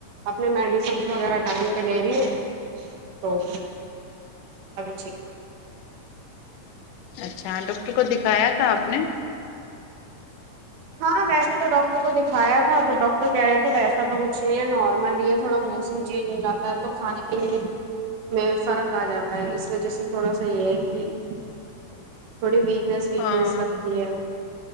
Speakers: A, on the right (about 75°); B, on the left (about 80°).
A: اپنے میڈیسنس وغیرہ ٹائم پہ لے رہی ہیں تو ابھی ٹھیک ہے
B: اچھا ڈاکٹر کو دکھایا تھا آپ نے
A: ہاں ویسے تو ڈاکٹر کو دکھایا تھا تو ڈاکٹر کہہ رہے تھے ویسا تو کچھ نہیں نارمل ہی تھوڑا موسم چینج ہو جا ہے تو کھانے پینے میں فرق آ جاتا ہے اس وجہ سے تھوڑا سا یہ ہے کہ تھوڑی بھی س ویٹنیس
B: ہاں
A: لگتی ہے